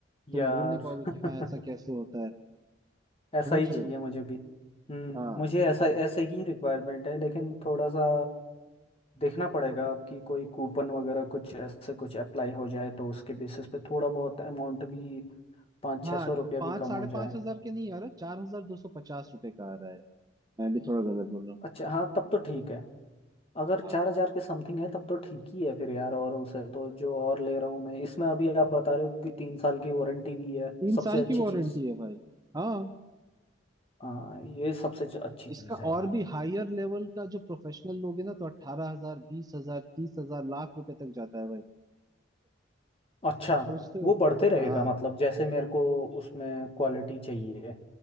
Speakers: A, on the right; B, on the left.
A: तुम
B: यार
A: बोल नहीं पाओगे
B: <laughs>
A: कि हाँ ऐसा कैसे होता है
B: ऐसा
A: समझ
B: ही चाहिए
A: रहे हो
B: मुझे भी हम्म
A: हाँ
B: मुझे ऐसा ऐसे ही रिक्वायरमेंट है लेकिन थोड़ा सा देखना पड़ेगा आपकी कोई कूपन वगैरह कुछ ऐसे कुछ अप्लाई हो जाए तो उसके बेसिस पे थोड़ा बहुत अमाउंट भी पाँच
A: हाँ
B: छः सौ रुपया
A: पाँच
B: भी कम
A: साढ़े
B: हो
A: पाँच
B: जाए
A: हजार के नहीं आ रहा चार हजार दो सौ पचास रुपए का आ रहा है मैं भी थोड़ा गलत बोल रहा
B: अच्छा हाँ तब तो ठीक है अगर
A: हूँ हाँ
B: चार हजार के समथिंग है तब तो ठीक ही है फिर यार औरों से तो जो और ले रहा हूँ मैं इसमें अभी आप बता रहे हो कि तीन साल की वारंटी भी है
A: तीन
B: सबसे
A: साल
B: अच्छी
A: की वारंटी
B: चीज़
A: है भाई हाँ
B: हाँ ये सबसे च- अच्छी
A: इसका
B: चीज़ है
A: और
B: यार
A: भी हायर लेवल का जो प्रोफेशनल लोग है ना तो अट्ठारह हजार बीस हजार तीस हजार लाख रुपए तक जाता है भाई
B: अच्छा
A: सोचते
B: वो
A: हो
B: बढ़ते रहेगा
A: हाँ
B: मतलब जैसे मेरे को उसमें क्वालिटी चाहिए